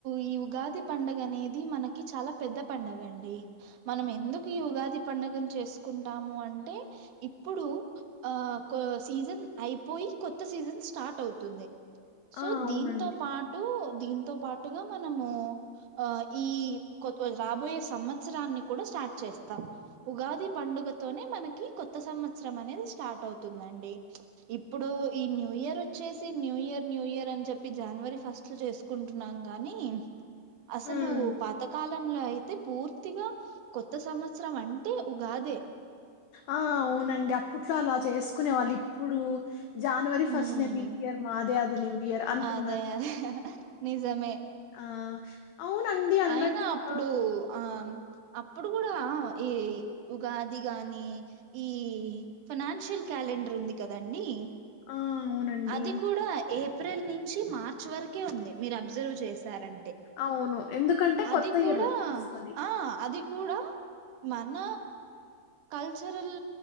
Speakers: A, on the right; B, on the left.
A: ఈ ఉగాది పండుగ అనేది మనకి చాలా పెద్ద పండుగ అండి, మనం ఎందుకు ఈ ఉగాది పండుగను చేసుకుంటాము అంటే, ఇప్పుడు ఆ కొ సీజన్ అయిపోయి కొత్త సీజన్ స్టార్ట్ అవుతుంది. సో
B: ఆ అవునండి
A: దీంతో పాటు దీంతో పాటుగా మనము ఆ ఈ కొ రాబోయే సంవత్సరాన్ని కూడా స్టార్ట్ చేస్తాం, ఉగాది పండుగతోనే మనకి కొత్త సంవత్సరం అనేది స్టార్ట్ అవుతుందండి. ఇప్పుడు ఈ న్యూ ఇయర్ వచ్చేసి న్యూ ఇయర్, న్యూ ఇయర్ అని చెప్పి జానవరి ఫస్ట్ లో చేస్. కుంటున్నాం గాని అసలు
B: మ్మ్
A: పాతకాల్ లం లా అయితే పూర్తిగా కొత్త సంవత్సరం అంటే ఉగాదే
B: ఆ అవునండి అప్పట్లో అలా చేసుకునే వాళ్ళు ఇప్పుడు జనవరి
A: ఉమ్
B: ఫస్ట్ న న్యూ ఇయర్ మాదే, అది న్యూ ఇయర్ అంటున్నారు
A: అదే అదే నిజమే
B: ఆ అవునండి అన్నట్టు
A: అయినా అప్పుడు
B: ఆ
A: ఆ అప్పుడు కూడా ఈ ఉగాది గాని ఈ ఫినాన్షియల్ క్యాలెండర్ ఉంది కదండి
B: ఆ, అవునండి
A: అది కూడా ఏ ఏప్రిల్ నుంచి మార్చ్ వరకే ఉంది మీరు అబ్జర్వ్ చేశారం
B: అవును ఎందుకంటే
A: అది
B: కొత్త
A: కూడా
B: ఇయర్ వస్తది
A: ఆ అది కూడా మన కల్చరల్